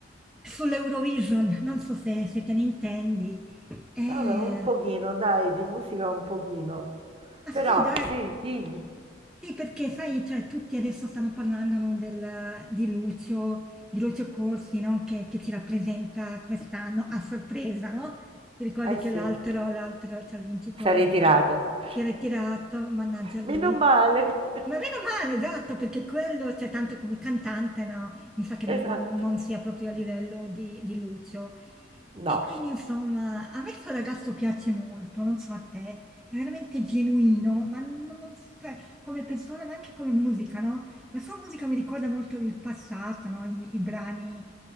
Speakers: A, in the centre; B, on the right.
A: sull'Eurovision, non so se, se te ne intendi. Eh,
B: Vabbè, un pochino, dai, di musica un pochino.
A: Ma
B: Però,
A: sì, dai.
B: sì, dimmi.
A: Sì, perché sai, cioè, tutti adesso stanno parlando, no, del- di Lucio, di Lucio Corsi, no, che, che ci rappresenta quest'anno a sorpresa, no? Ti ricordi
B: Eh
A: che
B: sì,
A: l'altro, l'altro, cioè il vincitore
B: si è ritirato.
A: del...
B: <laughs>
A: si è ritirato, mannaggia a lui.
B: Meno male. <laughs>
A: Ma meno male, esatto, perché quello, cioè, tanto come cantante, no, mi sa che non,
B: Esatto.
A: non- non sia proprio a livello di, di Lucio.
B: No,
A: E quindi, insomma, a me sto ragazzo piace molto, non so a te è veramente genuino, ma non, non s- cioè, come persona, ma anche come musica, no? La sua musica mi ricorda molto il passato, no? I, i brani